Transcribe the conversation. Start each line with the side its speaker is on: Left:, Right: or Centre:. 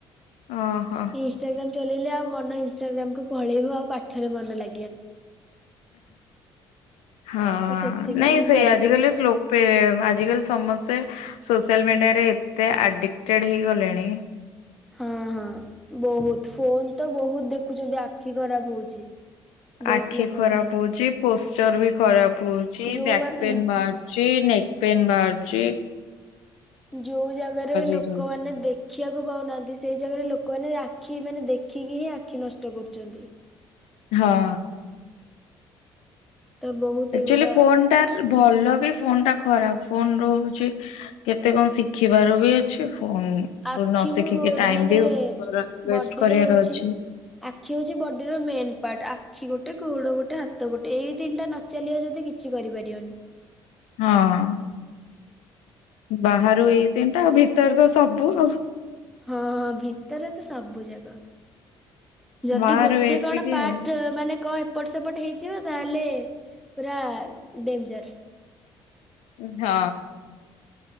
Left: ଓହୋ।
Centre: ଇନଷ୍ଟାଗ୍ରାମ୍ ଚଲେଇଲେ ଆଉ ମନ ଇନଷ୍ଟାଗ୍ରାମକୁ ପଳେଇବ ଆଉ ପାଠରେ ମନ ଲା
Left: ହଁ
Centre: ତ ସେଥିପାଇଁ
Left: ନାଇଁ ସେଇ
Centre: ଘରେ
Left: ଆଜିିକାଲି
Centre: କହିଛନ୍ତି।
Left: ସ୍ଲୋ <unintelligible> ଆଜିକାଲି ସମସ୍ତେ ସୋସିଆଲ ମିଡିଆରେ ଏତେ ଆଡିକଟେଡ ହେଇଗଲେଣି
Centre: ହଁ ହଁ ବହୁତ୍‌, ଫୋନ ତ ବହୁତ ଦେଖୁଛନ୍ତି ଆଖି ଖରାପ ହଉଛି। ବହୁତ
Left: ଆଖି
Centre: ଲୋକଙ୍କର
Left: ଖରାପ ହଉଛି, ପୋଷ୍ଟଚର ବି ଖରାପ ହଉଛି,
Centre: ଯୋଉମାନେ
Left: ବ୍ୟାକ୍ ପେନ୍ ବା ଚି ନେକ୍ ପେନ୍ ବାହାରଛି।
Centre: ଯୋଉ ଜାଗାରେ ଲୋକମାନେ
Left: ହେଇଯାଉଛି।
Centre: ଦେ ଖିବାକୁ ପାଉନାହାନ୍ତି, ସେଇ ଜାଗାରେ ଲୋକମାନେ ଆଖି ମାନେ ଦେଖିକି ହିଁ ଆଖି ନଷ୍ଟ କରୁଛନ୍ତି।
Left: ହଁ।
Centre: ତ ବହୁତ
Left: ଆଚୁଆଲି
Centre: ଏଗୁଡା
Left: ଫୋନଟା ଭଲ ବି ଫୋନ ଟା ଖରାପ ଫୋନ ରୁ ହଉଛି କେତେ କଣ ଶିଖିବାର ବି ଅଛି ଫ ନ
Centre: ଆଖି
Left: ଶିଖିକି
Centre: ବି ବହୁତ
Left: ଟାଇମ
Centre: ମାନେ
Left: ବି ୱଷ୍ଟ
Centre: ବଡିର
Left: କରିବାର
Centre: ହଉଛି
Left: ଅଛି।
Centre: ଆଖି ହଉଛି ବଡି ର ମେନ୍ ପାର୍ଟ। ଆଖି ଗୋଟେ, ଗୋଡ ଗୋଟେ, ହାତ ଗୋଟେ ଏଇ ତିନିଟା ନ ଚାଲିବ ଯଦି କିଛି କରିପାରିବନି।
Left: ହଁ। ବାହାରୁ ଏଇ ତିନିଟା ଆଉ ଭିତରେ ତ ସବୁ ଆଉ
Centre: ହଁ ହଁ ଭିତରେ ତ ସବୁ ଜାଗ। ଯଦି
Left: ବାହାରୁ
Centre: ଗୋଟେ
Left: ଏତିକି
Centre: କଣ ପାର୍ଟ
Left: ଆଉ।
Centre: ମାନେ କଣ ଏପଟ ସେପଟ ହେଇଯିବ ତାହେଲେ ପୁରା ଡେନଞ୍ଜର।
Left: ହଁ।